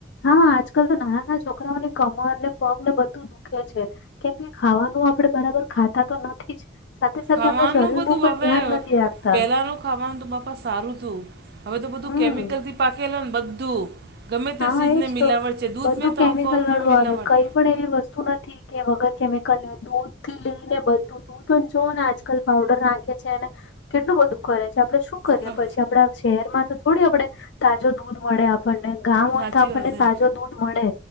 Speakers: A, on the left; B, on the right.
A: હા આજકાલ તો નાના નાના છોકરાઓની કમર ને પગ ને બધું દુખે છે કેમ કે ખાવાનું આપડે બરાબર ખાતા તો નથી જ સાથે સાથે
B: ખાવાનું
A: આપણા શરીરનું
B: બધું
A: પણ
B: હવે
A: ધ્યાન નથી રાખતા
B: પહેલાંનું ખાવાનું તો બાપા સારું તું હવે તો બધું
A: હમ
B: કેમિકલથી. પાખેલો ને બધું ગમે તે
A: હા
B: સીઝને
A: એજ
B: મિલાવટ
A: તો
B: છે દૂધ
A: બધું
B: મેં તો
A: કેમિકલ
B: હું કહો તો તમે
A: વાળું
B: મિલાવટ.
A: આવે કઈ પણ એવી વસ્તુ નથી કે વગર કેમિકલ દૂધ થી લઈને બધું દૂધ પણ જોવ ને આજકાલ પાવડર નાખે છે. કેટલું બધું કરે છે આપડે શું કરીએ
B: હા
A: પછી આપડા શહેરમાં તો થોડી આપડે તાજો દૂધ મળે આપણને. ગામ હોય
B: સાચી
A: તો આપણને
B: વાત એમ
A: તાજો દૂધ મડે